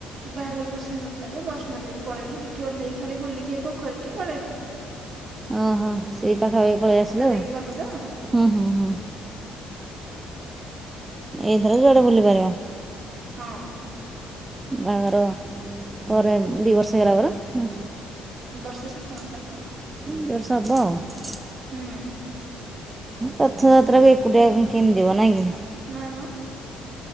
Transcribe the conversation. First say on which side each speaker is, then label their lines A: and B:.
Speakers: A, on the right (about 50°); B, on the right (about 20°).
A: ବାହାଘର ବର୍ଷେ ହେଇନଥିଲା ଯେ ବୈଷ୍ଣଦେବୀ ପଳେଇଲୁ ସେଠି ଓହ୍ଲେଇ ଖାଲି ବୁଲିକି ଏ ପୋଖରୀଟି ପାଲେଇଲୁ। <unintelligible>
B: ଓଁହ ସେଇ ପାଖାପାଖି ପଳେଇ ଆସିଲ
A: ଦେଇକି ଗଲୁ ତ
B: ହୁଁ ହୁଁ ହୁଁ। ଏଇଥର ଯୁଆଡ଼େ ବୁଲି ପାରିବ।
A: ହଁ।
B: ବାହାଘର ପରେ ଦି ବର୍ଷ ହେଇଗଲା ପରା?
A: ବର୍ଷେ ସାତ ମାସ ଅଠ ମାସ ହେଲା।
B: ଦେଢ଼ ବର୍ଷ ହେବ।
A: ହୁଁ।
B: ରଥଯାତ୍ରା କୁ ଏକୁଟିଆ କିନ୍ତି ଯିବ ନାଇଁ କି।
A: ନାଈ ମ।